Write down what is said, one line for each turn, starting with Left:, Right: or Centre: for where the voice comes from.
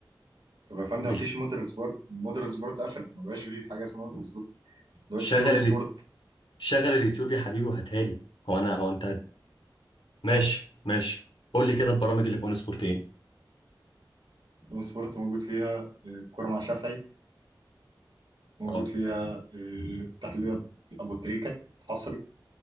Right: طب يا فندم
Left: بال...
Right: مفيش مودرن سبورت مودرن سبورت قفل ما بقاش فيه حاجه اسمها مودرن سبورت دلوقتي
Left: شغل
Right: في اون سبورت
Left: ال... شغل اليوتيوب يا حبيبي وهاتها لي هو انا هو انت هت- ماشي ماشي قول لي كده البرامج اللي في اون سبورت ايه
Right: اون سبورت موجود فيها آه، كوره مع شافعي موجود
Left: اه
Right: فيها آه، تحليل أبو أبو تريكه حصري